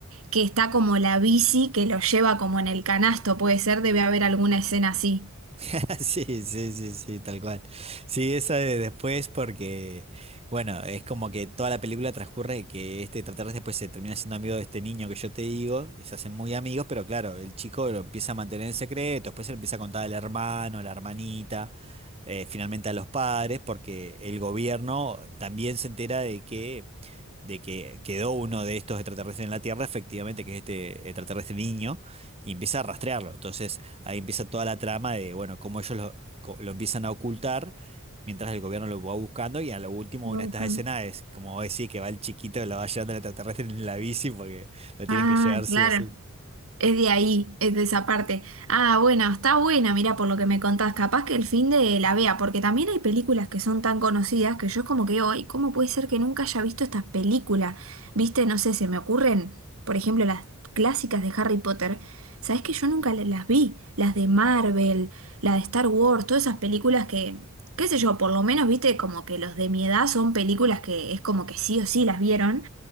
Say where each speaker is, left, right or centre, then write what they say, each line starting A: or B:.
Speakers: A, on the right (about 80°); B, on the right (about 30°).
A: que está como la bici que lo lleva como en el canasto, puede ser, debe haber alguna escena así.
B: <laughs> Sí, sí, sí, sí, tal cual. Sí, esa de después porque, bueno, es como que toda la película transcurre que este extraterrestre después se termina siendo amigo de este niño que yo te digo, y se hacen muy amigos, pero claro, el chico lo empieza a mantener en secreto, después se lo empieza a contar al hermano, a la hermanita, eh, finalmente a los padres, porque el gobierno también se entera de que, de que quedó uno de estos extraterrestres en la Tierra, efectivamente, que es este extraterrestre niño y empieza a rastrearlo. Entonces Ahí empieza toda la trama de, bueno, cómo ellos lo, co- lo empiezan a ocultar mientras el gobierno lo va buscando y a lo último
A: Lo
B: una de estas
A: buscan.
B: escenas es como vos decís que va el chiquito, que lo va llevando el extraterrestre en la bici porque lo tienen
A: Ah,
B: que llevar sí
A: claro.
B: o sí.
A: Es de ahí, es de esa parte. Ah, bueno, está buena, mira, por lo que me contás, capaz que el fin de la vea, porque también hay películas que son tan conocidas que yo es como que hoy, ¿cómo puede ser que nunca haya visto estas películas? Viste, no sé, se me ocurren, por ejemplo, las clásicas de Harry Potter. Sabés que yo nunca le- las vi, las de Marvel, la de Star Wars, todas esas películas que, qué sé yo, por lo menos, viste, como que los de mi edad son películas que es como que sí o sí las vieron.